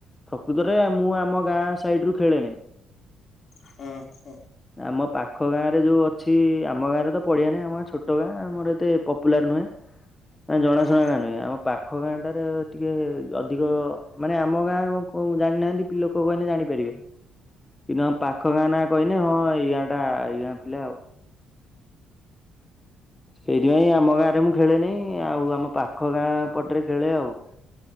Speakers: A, on the left (about 20°); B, on the left (about 50°).
A: ପ୍ରକୃତରେ ମୁଁ ଆମ ଗାଁ ସାଇଡି ରୁ ଖେଳେନି।
B: ହଁ ହୋ।
A: ଆମ ପାଖ ଗାଁ ରେ ଯୋଉ ଅଛି ଆମ ଗାଁରେ ତ ପଡିଆ ନାହିଁ। ଆମ ଛୋଟ ଗାଁ ଆମର ଏତେ ପପୁଲାର ନୁହେଁ। ନା ଜଣା
B: ହଁ
A: ଶୁଣା ଗାଁ ନୁହେଁ ଆମ ପା ପାଖ ଗାଁ ଟାରେ ଟିକେ ଅଧିକ ମାନେ ଆମ ଗାଁ କାକୁ ଜାଣିନାହାନ୍ତି ପିଲ କୁ କହିଲେ ଜାଣିପାରିବେ କି ନ ପାଖ ଗାଁ ନାଁ କହିଲେ। ହଁ ଏଇ ଗାଁ ଟା ଏଇ ଗାଁ ପିଲା ଆଉ ସେଇଥିପାଇଁ ଆମ ଗାଁରେ ମୁଁ ଖେଳେନାହିଁ ଆଉ ଆମ ପାଖ ଗାଁ ପଟରେ ଖେଳେ ଆଉ